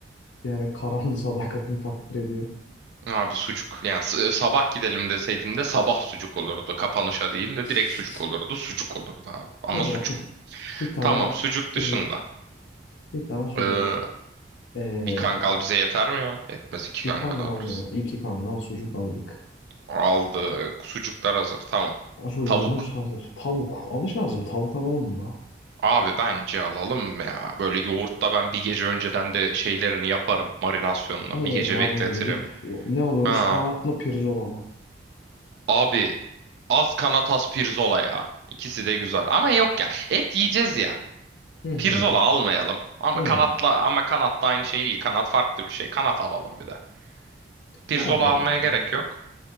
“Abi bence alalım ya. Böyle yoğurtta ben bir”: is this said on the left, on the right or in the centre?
Right